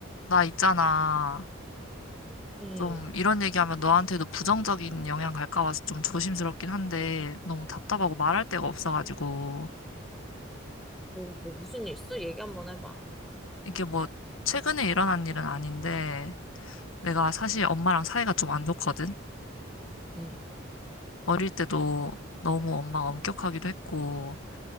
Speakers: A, on the left; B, in the centre.
A: 나 있잖아.
B: 음,
A: 좀 이런 얘기하면 너한테도 부정적인 영향 갈까 봐서 좀 조심스럽긴 한데 너무 답답하고 말할 데가 없어가지고
B: 어, 뭐 무슨 일 있어? 얘기 한번 해봐.
A: 이게 뭐 최근에 일어난 일은 아닌데 내가 사실 엄마랑 사이가 좀 안 좋거든.
B: 음,
A: 어릴 때도 너무 엄마가 엄격하기도 했고